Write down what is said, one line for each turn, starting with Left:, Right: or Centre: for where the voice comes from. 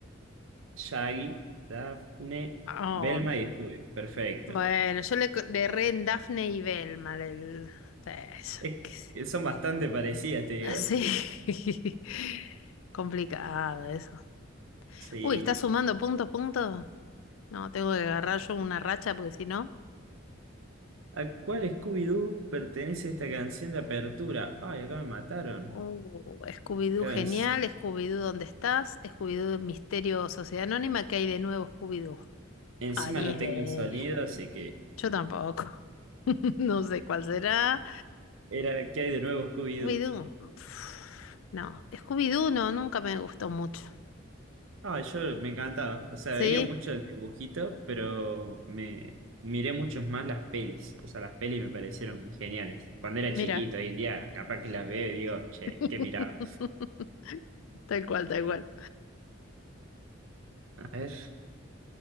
Right: Shaggy, Daphne,
Left: Oh,
Right: Velma y Scooby. Perfecto.
Left: bueno, yo le, le erré en Daphne y Velma. el- eso,
Right: Es
Left: qué sé.
Right: que son bastante parecidas, te digo,
Left: Así.
Right: ¿eh?
Left: <laughs> Complicado eso.
Right: Sí.
Left: Uy, ¿estás sumando puntos, puntos? No, tengo que agarrar yo una racha porque si no.
Right: ¿A cuál Scooby-Doo pertenece esta canción de apertura? Ay, acá me mataron.
Left: Uh, Scooby-Doo
Right: Claro,
Left: genial,
Right: en-
Left: Scooby-Doo ¿dónde estás? Scooby-Doo Misterio Sociedad Anónima, ¿qué hay de nuevo Scooby-Doo?
Right: encima
Left: Ah, ni
Right: no
Left: idea.
Right: tengo el sonido, así que
Left: Yo tampoco. <laughs> No sé cuál será.
Right: era ¿qué hay de nuevo, Scooby-Doo?
Left: Scooby-Doo. pf, No, Scooby-Doo no, nunca me gustó mucho.
Right: Ah, yo me encantaba. O sea,
Left: ¿Sí?
Right: veía mucho el dibujito, pero me miré mucho más las pelis. O sea, las pelis me parecieron geniales. Cuando era
Left: Mira.
Right: chiquito, hoy en día, capaz que las veo y digo, che,
Left: <laughs>
Right: ¿qué miraba?
Left: Tal cual, tal cual.
Right: A ver.